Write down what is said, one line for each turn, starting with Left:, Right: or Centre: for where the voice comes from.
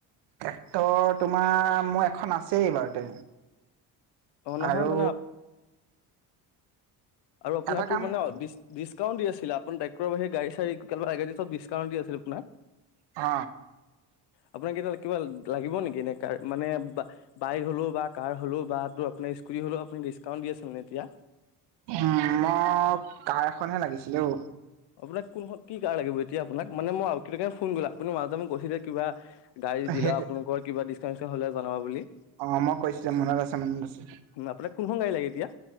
Right: এক্টৰ তোমাৰ মোৰ এখন আছে বাৰুতে
Left: অ নহয়
Right: আৰু
Left: মানে আৰু আপোনাৰ
Right: এটা
Left: তো
Right: কাম
Left: মানে ডিকাউট দি আপ টেক্টৰ বাহি গডী চাৰি এগিব ডিছকাউট দি আছিল আোনাক
Right: অ
Left: আপোনাক এতিয়া কিবা লাগিব নেকি এ কাৰ মানে বা বাইক হ'লেও কাৰ হ'লে বাতো আপোনাৰ স্কুট হ'লেও আপুনি ডিছকাউণ্ট দি আছোনে এতিয়া
Right: উ মই কাৰ এখনহে লাগিছিলো
Left: আপোনাক কোনখন কি কাৰ লাগিব এতিয়া আপোনাক মানে মই কাৰণে ফোন গলা আপুনি মাজতে মোক গৈছিলে কিবা গাড়ী দিলা
Right: সেইটো
Left: আপোনোক কিবা ডিছকাউটছকা হলে জনাব বুলি
Right: অ মই কৈছিলো মনত আছে মনত আছে
Left: আপোনাক কোনখন গাড়ী লাগে এতিয়া